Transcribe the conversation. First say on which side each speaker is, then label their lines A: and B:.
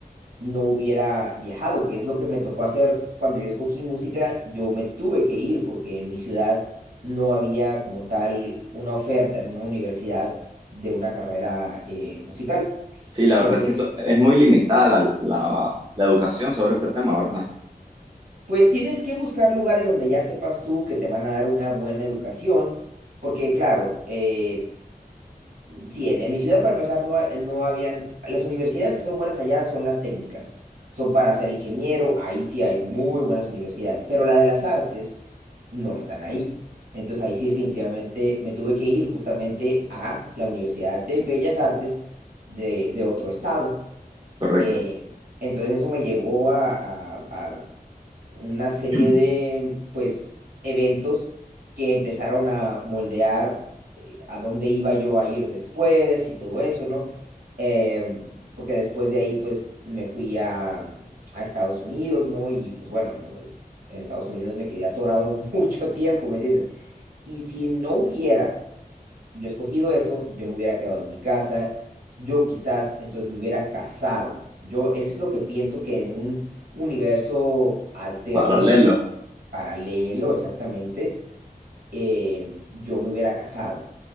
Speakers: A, on the right; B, on the right.
A: no hubiera viajado, que es lo que me tocó hacer cuando yo escogí música, yo me tuve que ir porque en mi ciudad no había como tal una oferta en una universidad de una carrera eh, musical.
B: Sí, la
A: Entonces,
B: verdad es que eso, es muy limitada la, la, la educación sobre ese tema, ¿verdad?
A: pues tienes que buscar lugares donde ya sepas tú que te van a dar una buena educación, porque claro, eh, Sí, en, en mi ciudad para empezar no, ha- no habían, las universidades que son buenas allá son las técnicas, son para ser ingeniero, ahí sí hay muy buenas universidades, pero la de las artes no están ahí. Entonces ahí sí definitivamente me tuve que ir justamente a la Universidad de Bellas Artes de, de otro estado.
B: correcto.
A: Eh, entonces eso me llevó a, a- a una serie
B: <clears throat>
A: de pues eventos que empezaron a moldear a dónde iba yo a ir después y todo eso, ¿no? Em, porque después de ahí, pues, me fui a, a Estados Unidos, ¿no? Y pues bueno, no, en Estados Unidos me quedé atorado <laughs> mucho tiempo, ¿me entiendes? Y si no hubiera yo escogido eso, yo me hubiera quedado en mi casa, yo quizás entonces me hubiera casado. Yo, eso es lo que pienso que en un universo alterno,
B: Paralelo,
A: paralelo exactamente, em, yo me hubiera casado